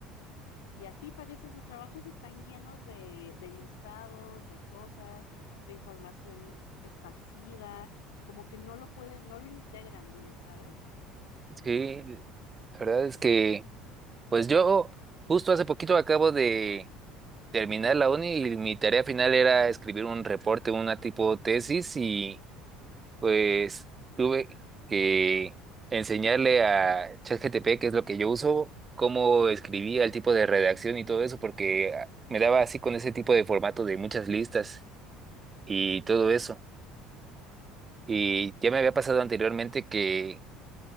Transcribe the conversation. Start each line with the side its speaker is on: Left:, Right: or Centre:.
Left: Y así parecen sus trabajos, están llenos de, de listados, de cosas, de información esparcida, como que no lo pueden, no lo integran bien, ¿sabes?
Right: sí, la verdad es que... Pues yo justo hace poquito acabo de terminar la uni y mi tarea final era escribir un reporte, una tipo tesis y pues tuve que enseñarle a ChatGPT, que es lo que yo uso, cómo escribía el tipo de redacción y todo eso, porque me daba así con ese tipo de formato de muchas listas y todo eso. Y ya me había pasado anteriormente que